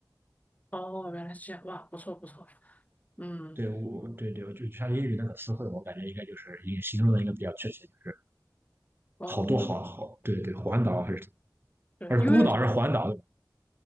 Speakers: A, on the left; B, on the right.
A: 哦，原来是这样，哇，不错不错。嗯，
B: 对，我对对，就像英语那个词汇，我感觉应该就是也形容的应该比较确切，就是
A: 哦，
B: 好多好好，对对，环岛还是什么，
A: 对，
B: 还是孤岛还是环岛，
A: 因为